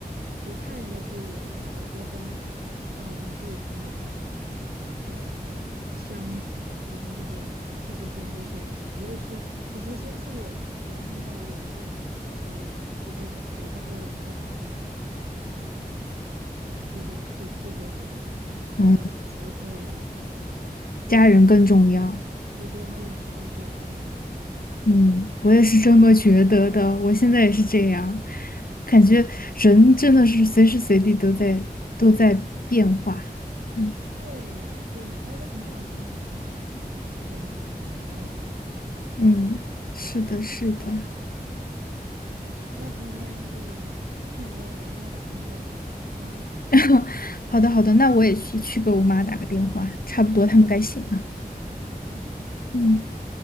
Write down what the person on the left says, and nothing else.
嗯，
家人更重要。
嗯，我也是这么觉得的，我现在也是这样，感觉人真的是随时随地都在都在变化。嗯
嗯，是的，是的。
<laughs> 好的，好的，那我也去去给我妈打个电话，差不多他们该醒了。
嗯。